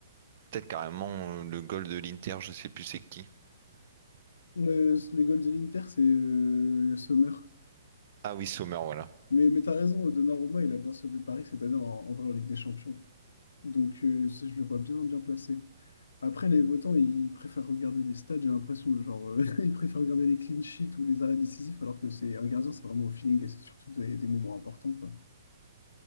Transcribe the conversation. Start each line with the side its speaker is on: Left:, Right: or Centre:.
Right: Peut-être carrément euh, le goal de l'Inter, je sais plus c'est qui.
Left: Euh, les goals de l'Inter, c'est euh, Sommer.
Right: Ah oui, Sommer, voilà.
Left: Mais, mais t'as raison, Donnarumma, il a bien sauvé Paris cette année en, en vrai en Ligue des Champions. Donc euh, c'est- je le vois bien, bien placé. Après, les votants, ils préfèrent regarder les stats, j'ai l'impression. hein, Genre, euh, <laughs> ils préfèrent regarder les clean sheets ou les arrêts décisifs, alors que c'est un gardien, c'est vraiment au feeling et c'est surtout des, des moments importants, quoi.